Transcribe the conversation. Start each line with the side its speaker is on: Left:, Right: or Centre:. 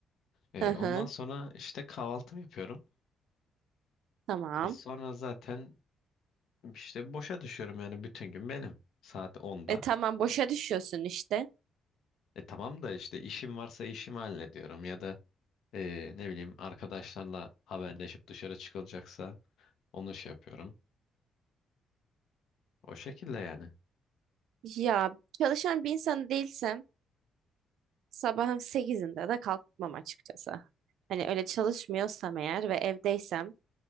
Left: Eee,
Right: Hı hı.
Left: ondan sonra işte kahvaltımı yapıyorum.
Right: Tamam.
Left: E, sonra zaten işte boşa düşüyorum yani bütün gün benim. Saat onda
Right: E tamam boşa düşüyorsun işte.
Left: E tamam da işte işim varsa işimi hallediyorum ya da Ee, ne bileyim arkadaşlarla haberleşip dışarı çıkılacaksa onu şey yapıyorum. O şekilde yani.
Right: Ya çalışan bir insan değilsem sabahın sekizinde de kalkmam açıkçası. Hani öyle çalışmıyorsam eğer ve evdeysem